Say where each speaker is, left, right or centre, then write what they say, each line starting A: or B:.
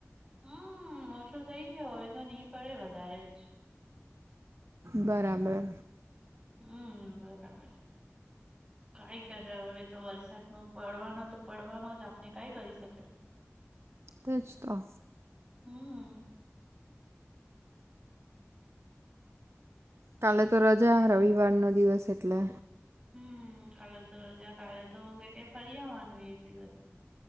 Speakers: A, on the right; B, on the right.
A: હમ ઓછો થઇ ગયો હવે તો નહી પડે વધારે જ
B: બરાબર
A: હમ બરાબર કઈ કર હવે તો વરસાદ નો પડવાનો તો પડવાનો જ આપને કઈ કરી શકે
B: તે જ તો
A: હમ્મ
B: કાલે તો રજા રવિવાર નો દિવસ એટલે
A: હમ કાલે તો રજા કાલે તો કે ફરી આવવાનું એક દિવસ